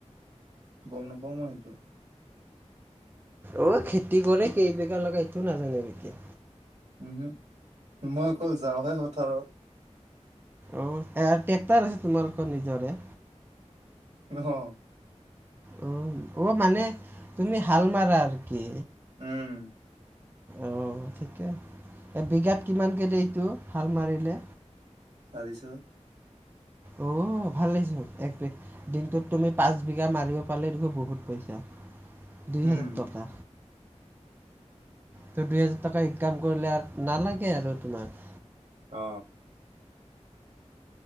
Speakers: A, on the right; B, on the right.
A: গম নাপাওঁ মই সেইটো
B: অ' খেতি কৰে কেইবিঘা লগা এইটো নাজানে নিকি
A: উমহো, মই অকল যাওঁহে পথাৰত
B: অ' এয়াৰ ট্ৰেক্টৰ আছে তোমালোকৰ নিজৰে
A: অঁ'হ
B: অ', অ' মানে তুমি হাল মাৰা আৰু কি
A: উম
B: অঁ ঠিকে আছে এবিঘাত কিমানকে দে এইটো, হাল মাৰিলে
A: চাৰিছ
B: অ ভাল লাগিচো এক বেঘ দিনটোত তুমি পাঁচ বিঘা মাৰিব পালে দেখোন বহুত পইচা দুই
A: উম
B: হাজাৰ টকা ত' দুই হাজাৰ টকা ইনকাম কৰিলে আৰু নালাগে আৰু তোমাক।
A: অ